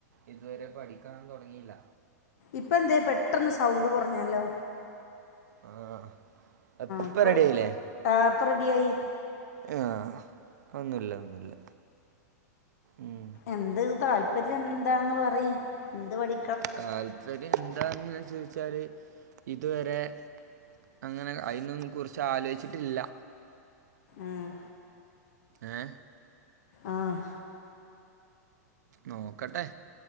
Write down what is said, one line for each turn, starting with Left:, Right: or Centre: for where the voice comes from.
Right: ഇതുവരെ പഠിക്കാൻ തുടങ്ങീല്ല.
Left: ഇപ്പ എന്തെ പെട്ടന്ന് സൗണ്ട് കൊറഞ്ഞല്ലോ
Right: ആഹ് ഇപ്പ
Left: ഇപ്പൊ
Right: റെഡിയായില്ലേ
Left: ആഹ് ഇപ്പൊ റെഡിയായി
Right: ഏഹ് ഒന്നുല്ല ഒന്നുല്ല ഉം
Left: എന്ത് താല്പര്യം എന്താന്ന് പറീ എന്ത് പഠി
Right: താൽപര്യം ഏതാന്ന് ചോയ്ച്ചാല് ഇതുവരെ അങ്ങനെ അയ്നൊന്നും കുറിച്ച് ആലോയിച്ചിട്ടില്ല.
Left: ആഹ്
Right: ഏ
Left: ആഹ്
Right: നോക്കട്ടെ